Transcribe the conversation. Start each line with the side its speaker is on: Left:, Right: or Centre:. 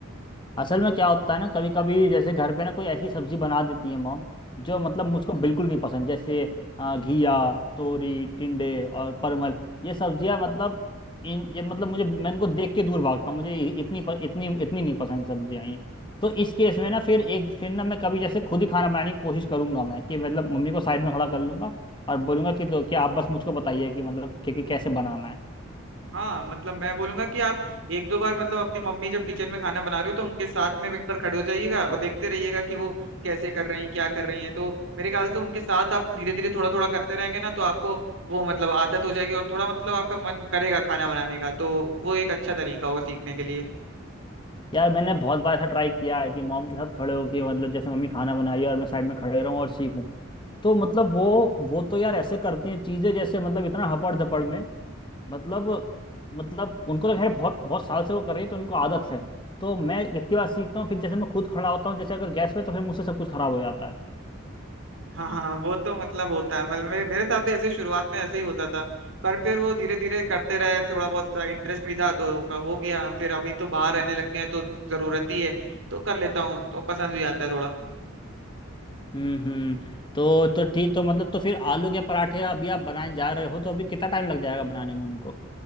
Left: असल में क्या होता है ना कभी कभी जैसे घर पे ना कोई ऐसी सब्जी बना देती है मॉम जो मतलब मुझको बिल्कुल नहीं पसंद जैसे अ, घिया तोरी टिंडे और परमल ये सब्जियां मतलब इन ये मतलब मुझे मैं इनको देख के दूर भागता हूँ मुझे इ- इतनी प, इतनी इतनी नहीं पसंद सब्जियां ये तो इस केस में ना फिर एक फिर ना मैं कभी जैसे खुद ही खाना बनाने की कोशिश करूंगा मैं कि मतलब मम्मी को साइड में खड़ा कर लूंगा और बोलूंगा कि तो क्या आप बस मुझको बताइए कि मतलब कि, कि कैसे बनाना है
Right: हाँ मतलब मैं बोलूंगा कि आप एक दो बार मतलब अपनी मम्मी जब किचन में खाना बना रहे हो तो उनके साथ में एक बार खड़े हो जाइएगा और
Left: हम्म।
Right: देखते रहिएगा कि वो कैसे कर रही हैं क्या कर रही हैं तो मेरे ख्याल से उनके साथ आप धीरे धीरे थोड़ा थोड़ा करते रहेंगे ना तो आपको वो मतलब आदत हो जाएगी और थोड़ा मतलब आपका मन करेगा खाना बनाने का तो वो एक अच्छा तरीका होगा सीखने के लिए
Left: यार मैंने बहुत बार ऐसा ट्राई किया है कि मॉम के साथ खड़े होके मतलब जैसे मम्मी खाना बनाई है और मैं साइड में खड़े रहूं और सीखूं तो मतलब वो वो तो यार ऐसे करती हैं चीजें जैसे मतलब इतना हपड़ धपड़ में मतलब मतलब उनको तो खैर बहुत बहुत साल से वो कर रही है तो उनको आदत है तो मैं इतनी बार सीखता हूँ फिर जैसे मैं खुद खड़ा होता हूँ जैसे अगर गैस पे तो फिर मुझसे सब कुछ खराब हो जाता है
Right: हाँ हाँ वो तो मतलब होता है मतलब मे, मेरे साथ भी ऐसे ही शुरुआत में ऐसे ही होता था पर फिर वो धीरे धीरे करते रहे थोड़ा बहुत इंटरेस्ट भी था तो का हो गया फिर अभी तो बाहर रहने
Left: हम्म
Right: लग गए हैं तो जरूरत ही है तो कर लेता हूँ तो पसंद भी आता है थोड़ा
Left: हम्म तो तो ठीक तो मतलब तो फिर आलू के पराठे अभी आप बनाने जा रहे हो तो अभी कितना टाइम लग जाएगा बनाने में उनको